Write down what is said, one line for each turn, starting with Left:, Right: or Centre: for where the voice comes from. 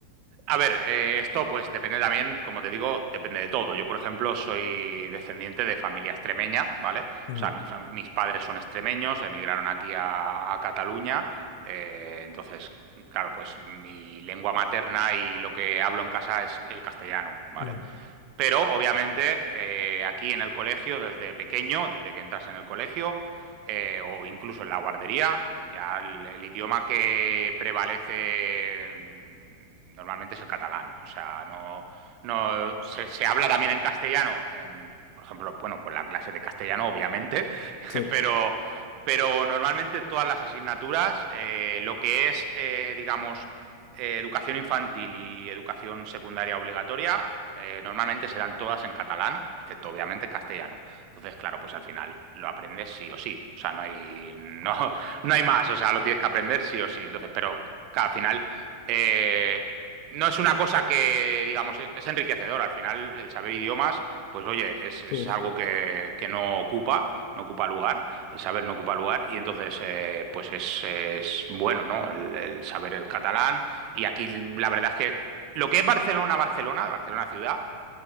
Right: A ver, eh, esto pues depende también, como te digo, depende de todo. Yo, por ejemplo, soy descendiente de familia extremeña, ¿vale?
Left: Ujú,
Right: O sea, mi fa- mis padres son extremeños, emigraron aquí a, a Cataluña. eh, entonces, claro, pues mi lengua materna y lo que hablo en casa es el castellano, ¿vale?
Left: ujú,
Right: Pero obviamente eh, aquí en el colegio, desde pequeño, desde que entras en el colegio eh, o incluso en la guardería, ya el, el idioma que prevalece mm, normalmente es el catalán. O sea, no, no se, se habla también en castellano, en, por ejemplo, bueno, pues la clase de castellano, obviamente, <laughs>
Left: Sí,
Right: pero, pero normalmente todas las asignaturas, eh, lo que es, eh, digamos, eh, educación infantil y educación secundaria obligatoria eh, normalmente se dan todas en catalán, excepto obviamente castellano. Entonces, claro, pues al final lo aprendes sí o sí. O sea, no hay, <laughs> no, no hay más. O sea, lo tienes que aprender sí o sí. Entonces, pero claro, al final eh, no es una cosa que, digamos, es, es enriquecedor. Al final, el saber idiomas, pues oye, es, es
Left: Sí, sí.
Right: algo que, que no ocupa, no ocupa lugar, el saber no ocupa lugar, y entonces, eh, pues es, es bueno, ¿no? El, el saber el catalán. Y aquí la verdad es que lo que es Barcelona, Barcelona, Barcelona ciudad,